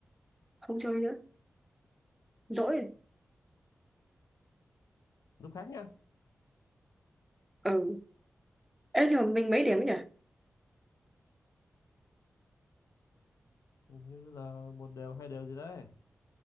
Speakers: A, in the centre; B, on the left.
A: không chơi nữa dỗi rồi.
B: lúc khác nha
A: ừ Ê, nhưng mà mình mấy điểm ấy nhỉ
B: Hình như là một đều hai đều gì đấy